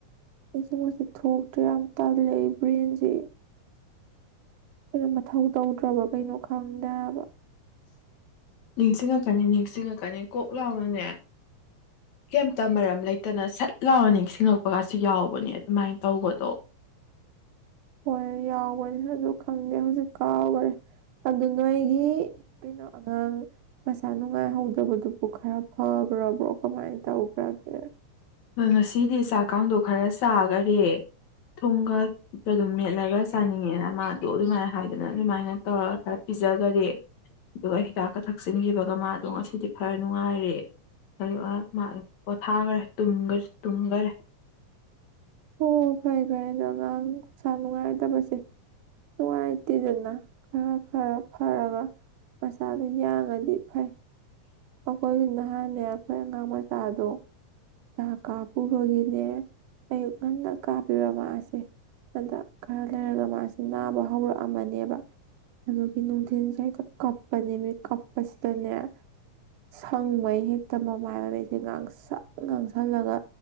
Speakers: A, on the right; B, on the left.
A: ꯅꯤꯡꯁꯤꯡꯕꯁꯦ ꯊꯣꯛꯇ꯭ꯔ ꯍꯥꯏꯕ ꯌꯥꯝ ꯇꯥꯜꯂꯦ ꯑꯩꯒꯤ ꯕ꯭ꯔꯦꯟꯁꯤ ꯀꯩꯅꫭ ꯃꯊꯧ ꯇꯧꯗ꯭ꯔꯕ ꯀꯩꯅꯣ ꯈꯪꯗꯦ ꯍꯥꯏꯕ
B: ꯅꯤꯡꯁꯤꯡꯉꯛꯀꯅꯤ ꯅꯤꯡꯁꯤꯡꯉꯛꯀꯅꯤ ꯀꯣꯛ ꯂꯥꯎꯅꯅꯦ ꯀꯩꯝꯇ ꯃꯔꯝ ꯂꯩꯇꯅ ꯁꯠ ꯂꯥꯎꯅ ꯅꯤꯡꯁꯤꯡꯉꯛꯄꯒꯁꯨ ꯌꯥꯎꯕꯅꯦ ꯑꯗꯨꯃꯥꯏꯅ ꯇꯧꯕꯗꯣ
A: ꯍꯣꯏ ꯌꯥꯎꯕꯅꯤ ꯑꯗꯨ ꯈꯪꯗꯦ ꯍꯧꯖꯤꯛ ꯀꯥꯎꯒꯔꯦ ꯑꯗꯨ ꯅꯣꯏꯒꯤ ꯀꯩꯅꯣ ꯑꯉꯥꯡ ꯃꯩꯁꯥ ꯅꯨꯡꯉꯥꯏꯍꯧꯗꯕꯗꯨꯕꯨ ꯈꯔ ꯐꯒ꯭ꯔꯕ꯭ꯔꯣ ꯀꯃꯥꯏꯅ ꯇꯧꯒ꯭ꯔꯒꯦ
B: ꯑ ꯉꯁꯤꯗꯤ ꯆꯥꯛ ꯀꯥꯡꯗꯣ ꯈꯔ ꯆꯥꯈꯔꯦ ꯊꯨꯝꯒ ꯑꯗꯨꯝ ꯃꯦꯠꯂꯒ ꯆꯥꯅꯤꯡꯉꯦꯅ ꯃꯥꯗꯣ ꯑꯗꯨꯃꯥꯏꯅ ꯍꯥꯏꯗꯅ ꯑꯗꯨꯃꯥꯏꯅ ꯇꯧꯔꯒ ꯈꯔ ꯄꯤꯖꯈꯔꯦ ꯑꯗꯨꯒ ꯍꯤꯗꯥꯛꯀ ꯊꯛꯆꯤꯟꯈꯤꯕꯒ ꯃꯥꯗꯣ ꯉꯁꯤꯗꯤ ꯈꯔ ꯅꯨꯡꯉꯥꯏꯔꯦ ꯑꯗꯨꯒ ꯃꯥ ꯄꯣꯊꯥꯒ꯭ꯔꯦ ꯇꯨꯝꯒꯁꯨ ꯇꯨꯝꯒꯔꯦ
A: ꯑꯣ ꯐꯩ ꯐꯩ ꯑꯗꯣ ꯑꯉꯥꯡ ꯃꯁꯥ ꯅꯨꯡꯉꯥꯏꯇꯕꯁꯦ ꯅꯨꯡꯉꯥꯏꯇꯦꯗꯅ ꯈꯔ ꯈꯔ ꯐꯔꯒ ꯃꯁꯥꯗꫭ ꯌꯥꯡꯉꯗꯤ ꯐꯩ ꯑꯈꫭꯏꯒꯤ ꯅ ꯅꯍꯥꯟꯅꯦ ꯑꯩꯈꯣꯏ ꯑꯉꯥꯡ ꯃꯆꯥꯗꯣ ꯍꯤꯗꯥꯛ ꯀꯥꯞꯄꯨꯕꯒꯤꯅꯦ ꯑꯌꯨꯛ ꯉꯟꯅ ꯀꯥꯞꯄꯦꯕ ꯃꯥꯁꯦ ꯍꯟꯗꯛ ꯈꯔ ꯂꯩꯔꯒ ꯃꯥꯁꯦ ꯅꯥꯕ ꯍꯧꯔꯛ ꯑꯝꯃꯅꯦꯕ ꯑꯗꯨꯒꯤ ꯅꯨꯡꯊꯤꯟꯁꯦ ꯍꯦꯛꯇ ꯀꯞꯄꯅꯦꯃꯤ ꯀꯄꯁꯤꯗꯅꯦ ꯁꯪꯕꯩ ꯍꯦꯛꯇ ꯃꯃꯥꯏ ꯃꯃꯤꯠꯁꯦ ꯉꯥꯡꯁꯪ ꯉꯥꯡꯁꯜꯂꯒ